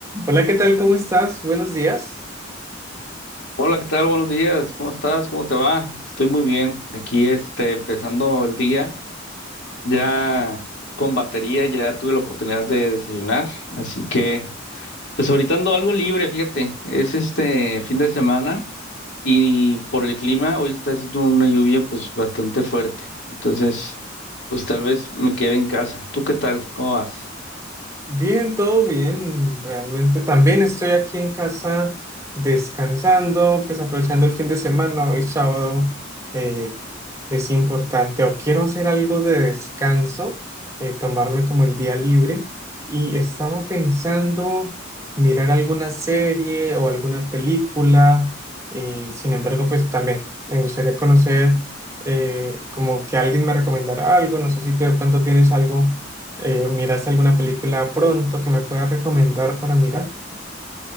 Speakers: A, on the right; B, on the left.
A: Hola, ¿qué tal? ¿Cómo estás? Buenos días.
B: Hola, ¿qué tal? Buenos días. ¿Cómo estás? ¿Cómo te va? Estoy muy bien. Aquí, este, empezando el día, ya con batería, ya tuve la oportunidad de desayunar, así que, pues ahorita ando algo libre, fíjate. Es este fin de semana y por el clima, hoy está haciendo una lluvia, pues bastante fuerte. Entonces, pues tal vez me quede en casa. ¿Tú qué tal? ¿Cómo vas?
A: Bien, todo bien, realmente también estoy aquí en casa descansando, pues aprovechando el fin de semana, hoy sábado eh, es importante o quiero hacer algo de descanso, eh, tomarme como el día libre y estaba pensando mirar alguna serie o alguna película, eh, sin embargo pues también me gustaría conocer eh, como que alguien me recomendara algo, no sé si tú de pronto tienes algo eh, ¿miraste alguna película pronto que me puedas recomendar para mirar?